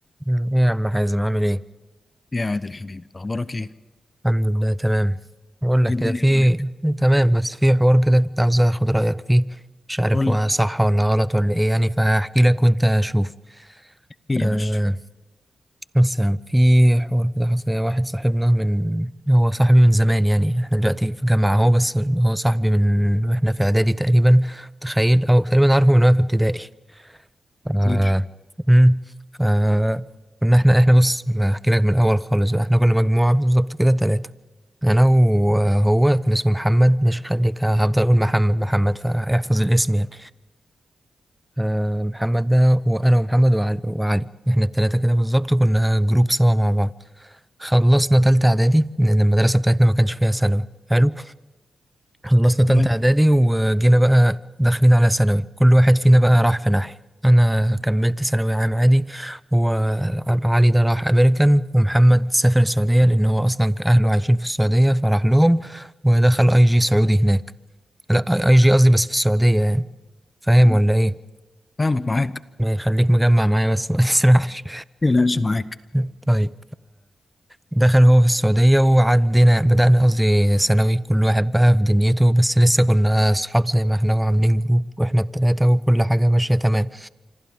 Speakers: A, in the centre; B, on the left (about 35°).
A: مم. ايه يا عم حازم عامل ايه
B: يا عادل حبيبي اخبارك ايه؟
A: الحمد لله تمام بقول لك
B: ايه
A: كده
B: الدنيا
A: في
B: معاك؟
A: تمام بس في حوار كده كنت عاوز اخد رايك فيه مش عارف
B: قول
A: هو
B: لي
A: صح ولا غلط ولا ايه يعني فهحكي لك وانت شوف
B: كتير
A: آه
B: يا باشا
A: بص يا عم في حوار كده حصل لي واحد صاحبنا من هو صاحبي من زمان يعني احنا دلوقتي في جامعه اهو بس هو صاحبي من واحنا في اعدادي تقريبا متخيل او تقريبا عارفه من وانا في ابتدائي ف...
B: كتير
A: مم. ف... كنا احنا احنا بص احكي لك من الاول خالص بقى احنا كنا مجموعه بالظبط كده ثلاثه انا وهو كان اسمه محمد مش خليك هفضل اقول محمد محمد فاحفظ الاسم يعني آه، محمد ده وانا ومحمد وعلي, وعلي. احنا الثلاثه كده بالظبط كنا جروب سوا مع بعض خلصنا تالتة اعدادي لان المدرسه بتاعتنا ما كانش فيها ثانوي حلو خلصنا تالتة
B: تمام
A: إعدادي وجينا بقى داخلين على ثانوي كل واحد فينا بقى راح في ناحية أنا كملت ثانوي عام عادي وعلي ده راح أمريكان ومحمد سافر السعودية لأن هو أصلا أهله عايشين في السعودية فراح لهم ودخل أي جي سعودي هناك لا أي أي جي قصدي بس في السعودية يعني فاهم
B: حلو
A: ولا إيه؟
B: فاهمك معاك
A: ما يخليك مجمع معايا بس ما تسرحش
B: ما تقلقش معاك
A: <laughs> طيب دخل هو في السعودية وعدينا بدأنا قصدي ثانوي كل واحد بقى في دنيته بس لسه كنا صحاب زي ما احنا وعاملين جروب واحنا التلاتة وكل حاجة ماشية تمام